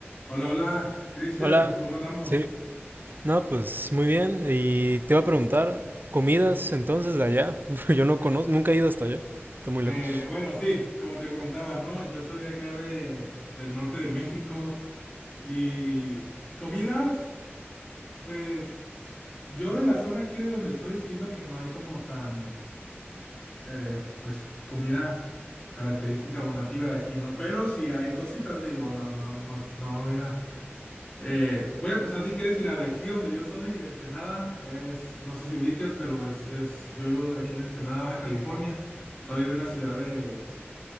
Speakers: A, on the left; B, on the right.
A: Hola, hola, Cristian,
B: Hola,
A: ¿cómo andamos?
B: sí. No, pues muy bien. Y te iba a preguntar, comidas entonces de allá. <laughs> Yo no conozco, nunca he ido hasta allá. Está muy
A: Eh,
B: lejos.
A: bueno, sí, como te comentaba, ¿no? Yo soy de acá de, del norte de México y comidas, pues s- yo de la zona aquí de donde soy siento que no hay como tan, eh, pues comida característica o nativa de aquí, ¿no? Pero sí hay cositas, digo, no, no, no, no voy a Eh, voy a empezar si quieres ir a de aquí donde yo soy, Ensenada, es, no sé si ubiques, pero pues es, yo vivo de aquí en Ensenada, Baja California, soy de una ciudad de,